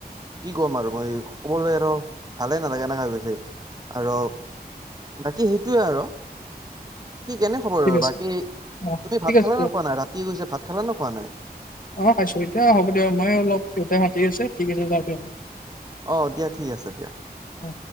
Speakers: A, on the right; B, on the left.
A: কি ক'ম আৰু মই ক'বলৈ আৰু, ভালে নালাগা সেনেকা হৈ গৈছে, আৰু বাকী সেইটোৱে আৰু। কি কেনে খবৰ
B: ঠিক
A: আৰু
B: আছে
A: বাকী,
B: অ
A: তুমি
B: ঠিক
A: ভাত
B: আছে
A: খালা
B: দিয়ক
A: নে খোৱা নাই ৰাতি হৈ গৈছে ভাত খাবা নে খোৱা নাই?
B: অ', খাইছোঁ এতিয়া হ'ব দিয়ক মই অলপ সিহঁতে হাতি আছে ঠিক আছে যাওঁ দিয়ক।
A: অ', দিয়া ঠিক আছে দিয়া।
B: অ